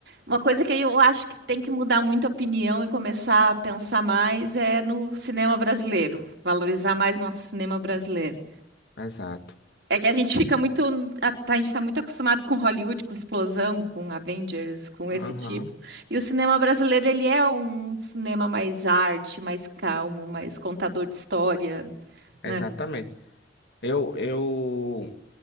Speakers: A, on the right; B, on the left.
A: uma coisa que eu acho que tem que mudar muito a opinião e começar a pensar mais é no cinema brasileiro, valorizar mais nosso cinema brasileiro.
B: Exato.
A: É que a gente fica muito. A, tá, a gente tá muito acostumado com Hollywood, com explosão, com Avengers, com
B: Aham.
A: esse tipo. E o cinema brasileiro, ele é um cinema mais arte, mais calmo, mais contador de história, né?
B: Exatamente. Eu, eu